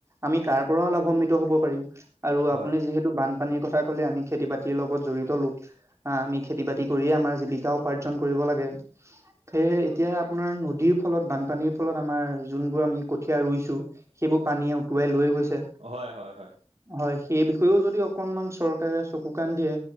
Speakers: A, on the right; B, on the right.
A: আমি তাৰ পৰাও লাভাম্বিত হ'ব পাৰিম আৰু আপুনি
B: হয়।
A: যিহেত বানপানীৰ কথা ক'লে আমি খেতি বাতিৰ লগত জড়িত লোক আ আমি খেতি বাতি কৰিয়ে আমাৰ জীৱিকা উপাৰ্জন কৰিব লাগে সেয়ে এতিয়া আপোনাৰ নদীৰ ফলত বানপানীৰ ফলত আমাৰ যোনবোৰ আমি কঠীয়া ৰুইছো সেইবোৰ পানীয়ে উটুৱাই লৈ গৈছে।
B: হয় হয় হয়
A: হয় সেই বিষয়েও যদি অকনমান চৰকাৰে চকু কাণ দিয়ে।